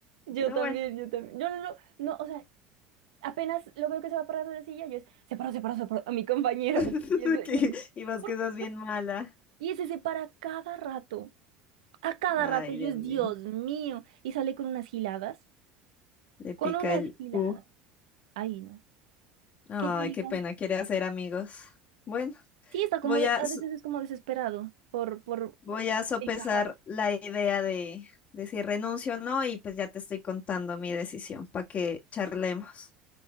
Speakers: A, on the right; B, on the left.
A: Yo
B: Pero
A: también,
B: bueno,
A: yo también. Yo no, no, no, o sea, apenas lo veo que se va a parar de la silla, yo es, se paró, se paró, se paró, a mi compañero.
B: <laughs>
A: así, Y, eso-
B: que-
A: y, es-
B: y vos
A: ¿por
B: quedas
A: qué
B: bien
A: no?
B: mala.
A: Y ese se para cada rato, a cada
B: Ay,
A: rato, yo
B: Dios
A: es,
B: mío.
A: Dios mío, y sale con unas giladas,
B: Le pica
A: con unas
B: el
A: giladas.
B: U.
A: Ahí no.
B: Ay,
A: Que yo digo,
B: qué pena, quiere hacer amigos. Bueno,
A: sí, está como,
B: voy
A: de-
B: a,
A: a
B: s-
A: veces es como desesperado por, por
B: voy a sopesar
A: encajar.
B: la idea de, de si renuncio o no, y pues ya te estoy contando mi decisión para que charlemos.